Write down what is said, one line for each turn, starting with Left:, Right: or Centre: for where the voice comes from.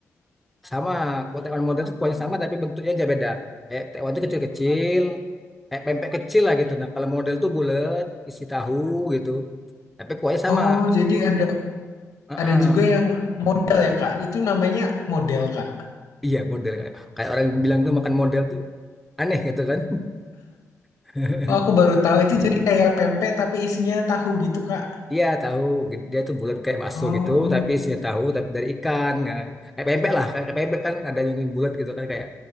Centre: sama kalau tekwan modern itu kuahnya sama tapi bentuknya aja beda kayak tekwan itu kecil-kecil kayak pempek kecil lah gitu nah kalau model tuh bulat isi tahu gitu tapi kuahnya sama
Left: Oh, jadi ada
Centre: Heeh.
Left: ada juga yang model ya, Kak. Itu namanya model, Kak.
Centre: iya model kayak kayak orang bilang tuh makan model tuh aneh gitu kan <laughs>
Left: Oh, aku baru tahu itu jadi kayak pempek tapi isinya tahu gitu, Kak.
Centre: iya tahu dia tuh bulat kayak bakso
Left: Oh,
Centre: gitu tapi isinya tahu tapi dari ikan Nah, kayak pempek lah kayak pempek kan ada yang bulat gitu kan kayak